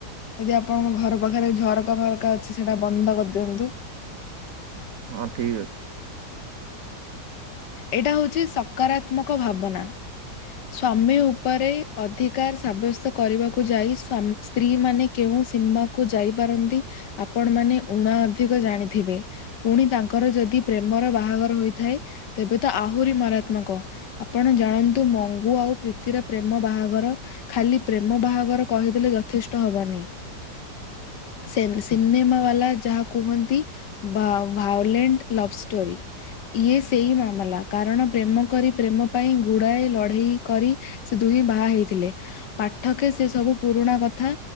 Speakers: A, on the left (about 80°); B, on the right (about 60°).
A: ଯଦି ଆପଣଙ୍କ ଘର ପାଖରେ ଝରକା ଫରକା ଅଛି ସେଟା ବନ୍ଦ କରିଦିଅନ୍ତୁ।
B: ହଁ ଠିକ୍ ଅଛି।
A: ଏଇଟା ହୋଉଚି ସକାରାତ୍ମକ ଭାବନା ସ୍ଵାମୀ ଉପରେ ଅଧିକାର ସାବ୍ୟସ୍ତ କରିବାକୁ ଯାଇ ସ୍ତ୍ରୀମାନେ କେଉଁ ସୀମାକୁ ଯାଇପାରନ୍ତି ଆପଣମାନେ ଊଣା ଅଧିକ ଜାଣିଥିବେ ପୁଣି ତାଙ୍କର ଯଦି ପ୍ରେମର ବାହାଘର ହୋଇଥାଏ ତେବେ ତ ଆହୁରି ମାରାତ୍ମକ ଆପଣ ଜାଣନ୍ତୁ ଗୁ ଆଉ ପ୍ରୀତିର ପ୍ରେମ ବାହାଘର ଖାଲି ପ୍ରେମ ବାହାଘର କହିଦେଲେ ଯଥେଷ୍ଟ ହବନି। ସେ ସିନେମାବାଲା ଯାହା କୁହନ୍ତି ଭା ଭାଉଲେଣ୍ଟ୍ ଲଭ ଷ୍ଟୋରି। ଇଏ ସେଇ ମାମଲା କାରଣ ପ୍ରେମ କରି ପ୍ରେମ ପାଇଁ ଗୁଡ଼ାଏ ଲଢେ଼ଇ କରି ସେ ଦୁହିଁ ବାହା ହେଇଥିଲେ ପାଠକେ ସେ ସବୁ ପୁରୁଣା କଥା